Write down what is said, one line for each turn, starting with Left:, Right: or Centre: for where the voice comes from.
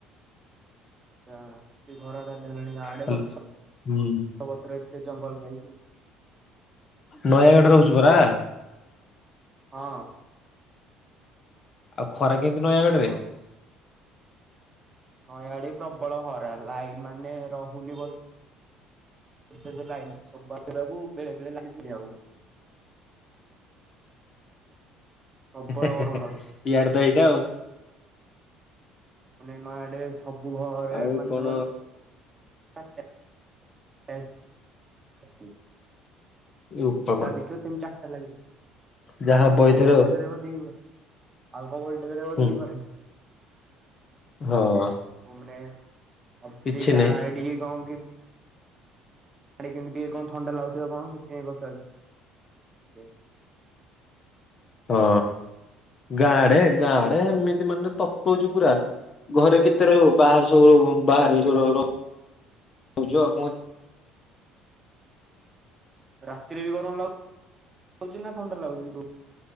Right: ଆଛା କି ଘରା ଧରି ହେଲାଣି, ଗାଁ ଆଡ଼େ
Left: ହାଲ୍
Right: ଗଛ
Left: ହୁଁ
Right: ପତ୍ର ଏତେ ଜଙ୍ଗଲ ଥାଇକି।
Left: ନୟାଗଡ଼ରେ ରହୁଚୁ ପରା।
Right: ହଁ।
Left: ଆଉ ଖରା କେନ୍ତି ନୟାଗଡ଼ରେ?
Right: ନ ହଁ, ଇଆଡ଼େ ପ୍ରବଳ ଖରା। ଲାଇନ ମାନେ ରହୁନି ବ ସେ ଲାଇନ ସବୁ ଆସିବାକୁ ବେଳେ ବେଳେ ଲାଇନ ଦଆକୁ ପ୍ରବଳ
Left: ଇଆଡ଼େ
Right: ଗରମ ଲାଗୁଛି।
Left: ତ ଏଇଟା ଆଉ।
Right: ମାନେ ନୟାଡ଼େ ସବୁ ଘରେ
Left: ଆଉ
Right: ମାନେ
Left: କଣ
Right: <unintelligible> <unintelligible> <unintelligible>
Left: ଏ ବୋପା ମା
Right: ଜା ଦେଖିବ ତିନ୍ ଚାଟା ଲାଗିଛି,
Left: ଯାହା ହବ
Right: ଆଉ କଣ
Left: ଏଇଥର
Right: ଭୋଲ୍ଟେଜ ରହିବ। ଦି ଆଉ କଣ ଭୋଲ୍ଟେଜ ରହିବ
Left: ହୁଁ
Right: ଦି ପହରେ।
Left: ହଁ।
Right: କହେ
Left: କିଛି
Right: ଗାଁ
Left: ନାଇଁ
Right: ଟିକେ କଣ କି <unintelligible> ସିଆଡ଼େ କେମିତିିଇ କଣ, ଥଣ୍ଡ ଲାଗୁଥିବ କଣ ସେଥି ପାଇଁ ପଚାରୁଛି। ଯ <unintelligible>
Left: ହଁ, ଗାଁ ଆଡ଼େ, ଗାଁ ଆଡ଼େ ଏମିତି ମାନେ ତତଉଛି ପୁରା। ଘରେ କେତେ ରହିବ, ବାହାରେ ସବୁ ବାହରେ ସବୁ ରହୁଚୁ ଆଉ।
Right: ରାତିରେ ବି ଗରମ ଲାଗୁଛି ନା ଥଣ୍ଡା ଲାଗୁଛି?